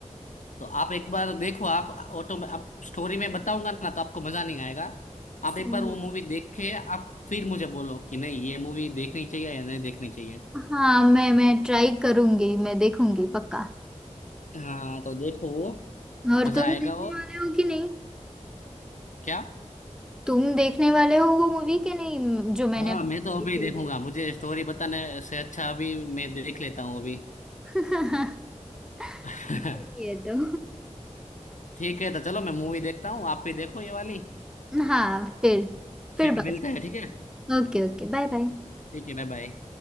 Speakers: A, on the left; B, in the centre.
A: तो आप एक बार देखो आप ऑटो में आप स्टोरी में बताऊंगा ना तो आपको मजा नहीं आएगा आप
B: सही
A: एक बार वो
B: है
A: मूवी देख के आप फिर मुझे बोलो कि नहीं ये मूवी देखनी चाहिए या नहीं देखनी चाहिए
B: हाँ मैं मैं ट्राई करूंगी मैं देखूंगी पक्का
A: हाँ तो देखो वो
B: और
A: मजा
B: तुम
A: आएगा
B: देखने
A: और
B: वाले हो कि नहीं
A: क्या
B: तुम देखने वाले हो वो मूवी के नहीं जो मैंने
A: हाँ
B: अभी
A: मैं तो अभी
B: देखी
A: देखूंगा
B: थी?
A: मुझे स्टोरी बताने से अच्छा अभी मैं देख लेता हूँ अभी
B: <laughs>
A: <laughs>
B: सही है तो
A: ठीक है तो चलो मैं मूवी देखता हूँ आप भी देखो ये वाली
B: <laughs> हाँ फिर फिर
A: फिर
B: बात
A: मिलते हैं ठीक है
B: Okay okay bye bye
A: ठीक है बाय बाय